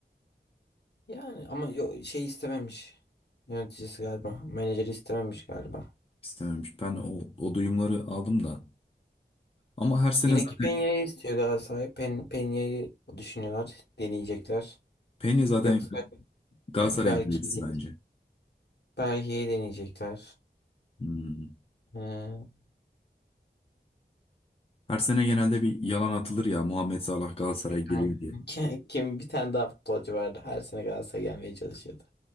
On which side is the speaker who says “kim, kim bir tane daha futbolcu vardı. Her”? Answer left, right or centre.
Left